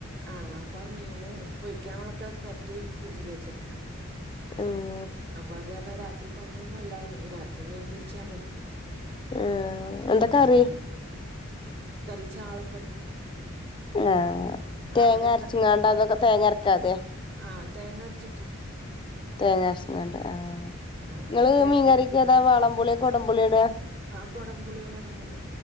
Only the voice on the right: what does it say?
ആ അപ്പം മീന് പൊരിക്കാനുള്ളൊക്ക പരട്ടി ഫ്രിഡ്ജിൽ വെച്ചിട്ട്ണ്ട്
അപ്പ അത് കാരണം രാത്രി പണിയൊന്നു ഇല്ലാ രാത്രി മീൻ പൊരിച്ചാ മതി.
ആ
അങ്ങന കറി ചാളക്കറി
ആ,
അവിടെ
ആഹ് തേങ്ങ അരച്ചിട്ട്
ഇവിടെ തേങ്ങ
ഞാ കൊടംപുളിയാണ് ഇടുന്നത്